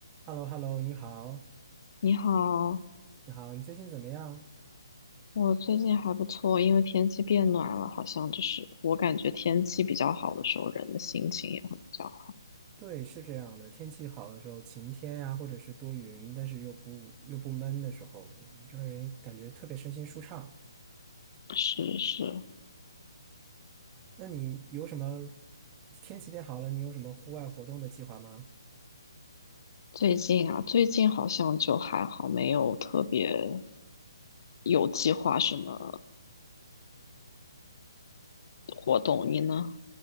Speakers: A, on the right (about 20°); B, on the left (about 50°).
A: h e l l o h e l l o 你好，
B: 你好，
A: 你好，你最近怎么样？
B: 我最近还不错，因为天气变暖了，好像就是我感觉天气比较好的时候，人的心情也会比较好。
A: 对，是这样的，天气好的时候，晴天呀、或者是多云，但是又不又不闷的时候，让人感觉特别身心舒畅。
B: 是是，
A: 那你有什么天气变好了，你有什么户外活动的计划吗？
B: 最近啊，最近好像就还好，没有特别有计划什么活动。你呢？